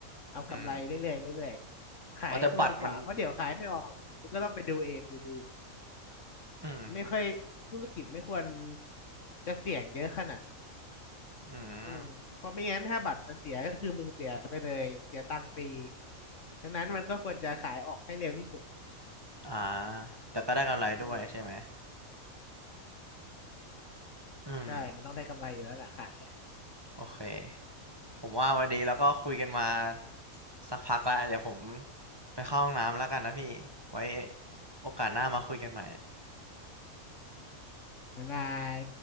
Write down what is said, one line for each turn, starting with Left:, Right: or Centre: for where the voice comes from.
Left: เอากำไรเรื่อยๆเรื่อยๆขายชั่วดีกว่าเพราะเดี๋ยวขายไม่ออกมันก็ต้องไปดูเองอยู่ดี
Right: อืมโอ้แต่บัตรมันอืม
Left: ไม่ค่อยธุรกิจไม่ควรจะเสี่ยงเยอะขนาดนั้น
Right: อืม
Left: อืมเพราะไม่งั้นถ้าบัตรมันเสียก็คือมึงเสียไปเลยเสียตังค์ฟรีดังนั้นมันก็ควรจะขายออกให้เร็วที่สุด
Right: อ่าแต่ก็ได้กำไรด้วยใช่ไหม
Left: อืม
Right: อืม
Left: ใช่มันต้องได้กำไรอยู่แล้วแหละขายอะ
Right: โอเค ผมว่าวันนี้เราก็คุยกันมาสักพักแล้วเดี๋ยวผมไปเข้าห้องน้ำแล้วกันนะพี่ไว้โอกาสหน้ามาคุยกันใหม่
Left: บ๊ายบาย